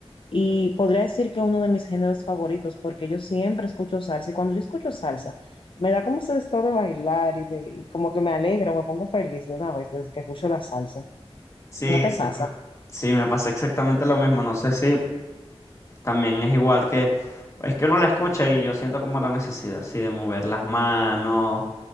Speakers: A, on the left; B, on the left.
A: Y podría decir que uno de mis géneros favoritos, porque yo siempre escucho salsa y cuando yo escucho salsa, me da como ese estado de bailar y, de, y como que me alegra, me pongo feliz de una vez desde que escucho la salsa.
B: Sí,
A: ¿No te
B: sí,
A: pasa?
B: me, sí, me pasa exactamente lo mismo. No sé si también es igual que, es que uno la escucha y yo siento como la necesidad, sí, de mover las manos.